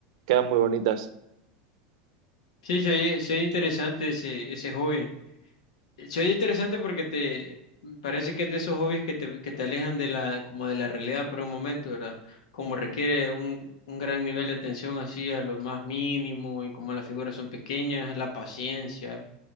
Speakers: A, on the right; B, on the left.
A: quedan muy bonitas.
B: Sí, se oye interesante ese, ese hobby. Eh, Se oye interesante porque te mm, parece que es de esos hobbies que te, que te alejan de la, como de la realidad por un momento, ¿verdad? Como requiere un, un gran nivel de atención así a lo más mínimo y como las figuras son pequeñas, la paciencia.